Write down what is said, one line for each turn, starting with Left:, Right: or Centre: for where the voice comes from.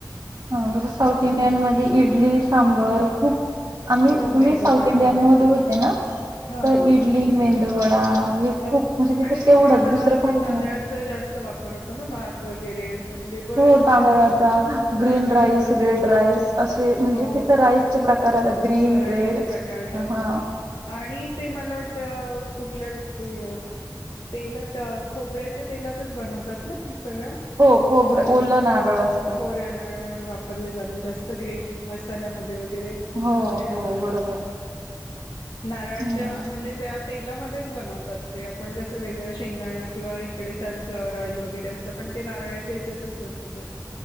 Right: हा तसं साऊथ इंडियन मध्ये इडली, सांबर खूप आम्ही
Left: हो
Right: तुम्ही
Left: मेदू
Right: साऊथ
Left: वडा
Right: इंडियन
Left: वगैरे
Right: मध्ये होते ना
Left: हा
Right: तर
Left: हा
Right: इडली, मेंदूवडा हे
Left: हो
Right: खूप म्हणजे तिथं
Left: आणि तिकडे
Right: तेवढंच
Left: अ
Right: दुसरं काही
Left: तांदळाचा
Right: नाही
Left: जास्त वापर होतो ना भात वगैरे अस म्हणजे बरेच
Right: हो तांदळाचा
Left: त्यांच
Right: ग्रीन
Left: तांदळाच
Right: राईस, रेड राईस असे म्हणजे
Left: हो
Right: तिथं राईसचे प्रकार आता ग्रीन,
Left: राईसचे
Right: रेड
Left: प्रकार जास्त
Right: हा
Left: आणि ते मला वाट तर कुठल्या तेल खोबऱ्याच्या तेलातच बनवतात ना
Right: हो खोबर ओलं
Left: <inaudible>
Right: नारळ असतं.
Left: वापरले जातो जास्त ग्रेवी मसाल्यामध्ये वगैरे
Right: हो
Left: ते असतं
Right: हो बरोबर.
Left: नारळाच्या
Right: हम्म.
Left: म्हणजे त्यात तेलामध्येच बनवतात ते आपण कसं वेगळं शेंगदाणा किंवा इकडे सनफ्लावर ऑइल वगैरे असतं प- ते नारळच्या याच्यातच बनवतात.